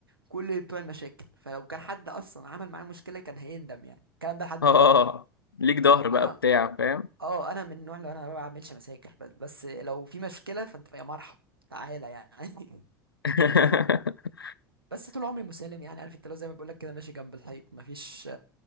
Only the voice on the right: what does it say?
كل بتوع المشاكل فلو كان حد اصلا عمل معايا مشكله كان هيندم يعني الكلام ده لحد دلوقتي
انا
اه انا من النوع اللي انا ما بعملش مشاكل بس بس لو في مشكله فانت يا مرحب تعالى يعني
<laughs> بس طول عمري مسالم يعني عارف انت لو زي ما بقول لك كده ماشي جنب الحيط مفيش